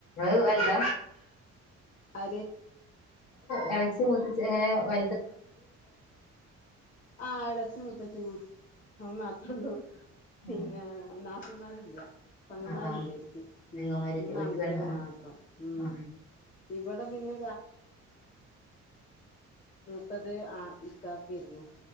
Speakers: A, on the left; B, on the left.
A: അ വലത
B: അ
A: ഇളച്ച മുത്തിച്ച് അങ്ങനെ വ
B: ആ അലക്ഷം മുത്തച്ചങ് അവ മാത്രേ ഉള്ളൂ പിന്നെ
A: ആ
B: നാപ്പമാർല്ല പങ്ങമാരി
A: ആ ആ
B: ഇല്ലാായിരിക്ക
A: പെങ്ങന്മാരില്ലേ
B: ഉം മൂന്നാംകട്ടികളങ്ങ
A: ഓൽക്ക് പെങ്ങ ആ
B: മാത്രം ഉം
A: ആ
B: ഇവിടെ പിന്നെ ത്തത് ആ ഇക്കാക്കിയിരുന്നു